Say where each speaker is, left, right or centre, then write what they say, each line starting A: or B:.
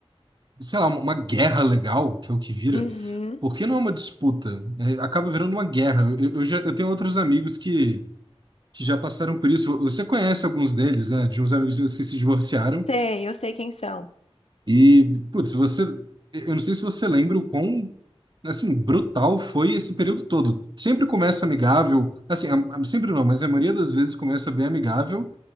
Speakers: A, on the right (about 45°); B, on the left (about 80°).
A: sei lá, uma guerra legal, que é o que vira,
B: Uhum.
A: porque não é uma disputa? É, acaba virando uma guerra. Eu, eu já, eu tenho outros amigos que. que já passaram por isso. Você conhece alguns deles, né? De uns amigos meus que se divorciaram.
B: Sei, eu sei quem são.
A: E, putz, você, eu não sei se você lembra o quão, assim, brutal foi esse período todo. Sempre começa amigável, assim, a- a- sempre não, mas a maioria das vezes começa bem amigável,